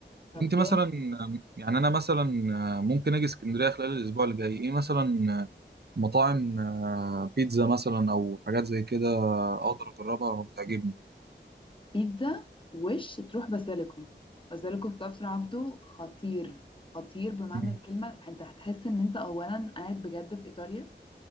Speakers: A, on the left; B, on the right.
A: طب
B: انت
A: جامد
B: مثلا آه، يعني انا مثلا آه، ممكن اجي اسكندريه خلال الاسبوع اللي جاي ايه مثلا آه، مطاعم آه، بيتزا مثلا او حاجات زي كده اقدر اجربها وتعجبني
A: بيتزا وش تروح باسيليكو باسيليكو في كفر عبده خطير خطير بمعنى
B: مم.
A: الكلمه انت هتحس ان انت اولا قاعد بجد في ايطاليا